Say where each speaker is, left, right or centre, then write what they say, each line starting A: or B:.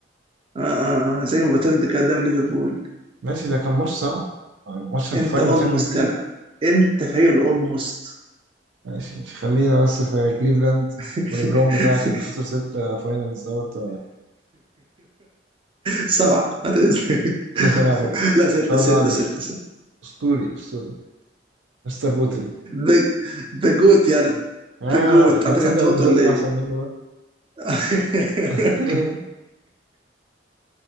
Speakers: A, on the right; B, on the right.
A: آه آه آه زي ما بطلت كده قدام ليفربول
B: ماشي ده كان ماتش صعب يعني ماتش الفاينل
A: انت اولموست
B: تشامبيونز ليج
A: طلع انت فريق الاولموست
B: ماشي مش خلينا بس في كليفلاند
A: <laughs>
B: وليبرون بتاعك اللي خسر ستة فاينلز دوت
A: سبعة هتنزل.
B: خسر سبعة فاينلز
A: لا ستة
B: ما شاء
A: ستة
B: الله عليه
A: ستة ستة
B: اسطوري اسطوري مستر بوتل
A: ذا ذا جوت يلا
B: آه
A: ذا جوت
B: طب
A: عندك
B: تصدق
A: اعتراض
B: ان جوردن
A: ولا ايه؟
B: احسن منه بقى
A: <laughs>
B: <laughs>